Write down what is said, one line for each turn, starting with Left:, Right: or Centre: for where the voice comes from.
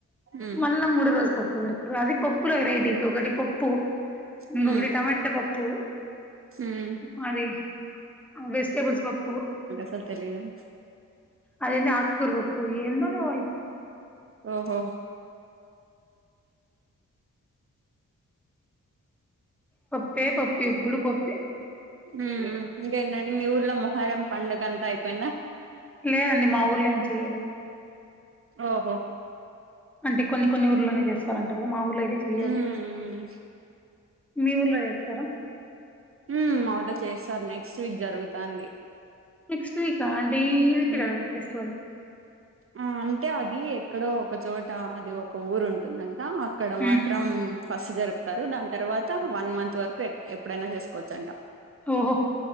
Right: ఉమ్
Centre: మళ్ళా మూడో రోజు పప్పు పెడుతారు అది పప్పుల వెరైటీస్ ఒకటి పప్పు ఇంగోకటి
Right: ఉమ్
Centre: టమాట పప్పు
Right: ఉమ్
Centre: మరి వెజిటేబుల్స్ పప్పు
Right: అంత లేదండి
Centre: అదేంది అకుకూర పప్పు ఎందోనే వాల్
Right: ఓహో
Centre: పప్పే పప్పు ఎప్పుడు పప్పే
Right: మ్ మ్ ఇంకేంటండి మీ ఊర్లో మొహరం పండుగ అంతా అయిపోయిందా
Centre: లేదండి మా ఊర్లో ఏం చేయలేదు
Right: ఓహో
Centre: అంటే కొన్ని కొన్ని ఊర్లనే చేస్తారంటారు కదా మా ఊర్లో అయితే చెయరు
Right: ఉమ్ ఉమ్
Centre: మీ ఊర్లో చేస్తారా
Right: మ్ మా ఊర్లో చేస్తారు నెక్స్ట్ వీక్ జరుగుతంది
Centre: నెక్స్ట్ వీకా అంటే ఈ ఈ వికే
Right: ఉమ్
Centre: కద ఫెస్టివల్
Right: ఆ అంటే అది ఎక్కడో ఒక చోట అది ఒక ఊరు ఉంటుందంట అక్కడ
Centre: హ్మ్.
Right: మాత్ త్రం ఫస్ట్ జరుపుతారు దాని తర్వాత వన్ మంత్ వరకు ఎప్పుడైనా చేసుకోవచ్చు అంట
Centre: ఓహో